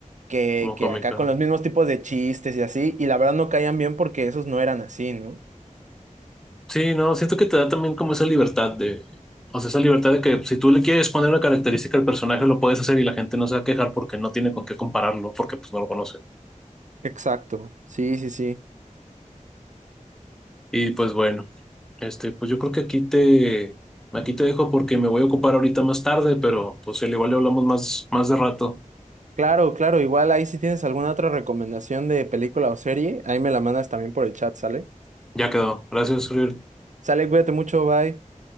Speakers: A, on the right; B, in the centre.
A: que,
B: como
A: que
B: cómica.
A: acá con los mismos tipos de chistes y así, y la verdad no caían bien porque esos no eran así, ¿no?
B: Sí, no, siento que te da también como esa libertad de, o sea, esa libertad de que si tú le quieres poner una característica al personaje, lo puedes hacer y la gente no se va a quejar porque no tiene con qué compararlo, porque pues no lo conoce.
A: Exacto, sí, sí, sí.
B: Y pues bueno. Este, pues yo creo que aquí te, aquí te dejo porque me voy a ocupar ahorita más tarde, pero pues al igual le hablamos más, más de rato.
A: Claro, claro, igual ahí si tienes alguna otra recomendación de película o serie, ahí me la mandas también por el chat, ¿sale?
B: Ya quedó. Gracias, Uriel.
A: Sale, cuídate mucho, bye.